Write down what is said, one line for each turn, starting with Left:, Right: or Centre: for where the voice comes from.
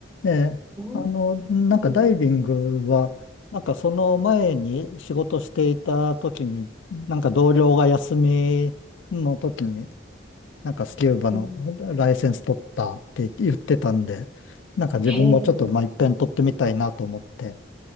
Left: えーあの、
Centre: うー
Left: なんかダイビングは、
Centre: ん、
Left: なんかその前に仕事していた時に、なんか同僚が休みの時に、なんかスキューバのライセンス取ったって言ってたんで、
Centre: うん、
Left: なんか自分もちょっと、
Centre: へえ、うん
Left: まあ、一遍取ってみたいなと思って、